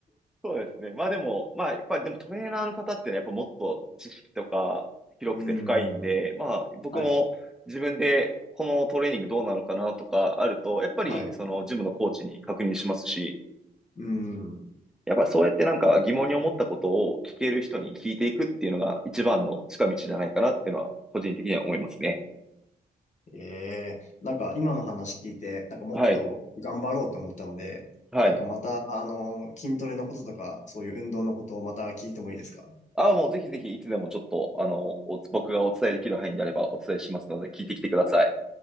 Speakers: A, in the centre; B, on the left (about 50°).
A: そうですね。まあでも、まあ、やっぱりでもトレーナーの方ってのはやっぱもっと知識とか広くて深いんで、
B: うーん。
A: まあ、僕も自分でこのトレーニングどうなのかなとかあると、
B: はい。
A: やっぱりそのジムのコーチに確認しますし、
B: はい。うーん。
A: やっぱそうやってなんか疑問に思ったことを聞ける人に聞いていくっていうのが一番の近道じゃないかなっていうのは個人的には思いますね。
B: ええなんか今の話聞いて、なんかもっと頑張ろうと思ったので、
A: はい。はい。
B: なんかまた、あの、筋トレのこととか、そういう運動のことをまた聞いてもいいですか
A: ああ、もうぜひぜひいつでもちょっと、あの、お僕がお伝えできる範囲であればお伝えしますので聞いてきてください。